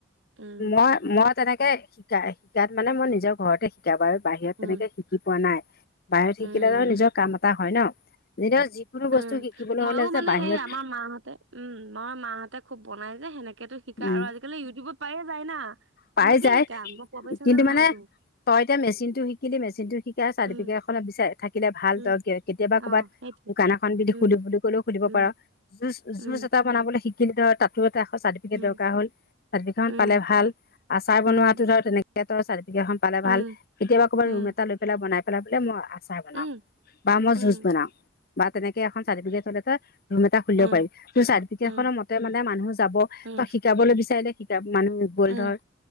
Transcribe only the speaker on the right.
উম,
উম,
উম,
উম,
মইয়ো
মানে
সেই আমাৰ মাহঁতে, উম মই মাহঁতে খুব বনাই যে সেনেকেতো শিকা।
আৰু আজিকালি ইউটিউবত পায়ে যায় না
সেনেকেই
শিকা <unintelligible>
এইটো
উম,
উম,
অ',
সেইটোৱে
উম,
উম,
উম,
উম,
উম,
উম,
উম,
উম,
উম,
উম,
উম, উম,
উম,
উম,
উম,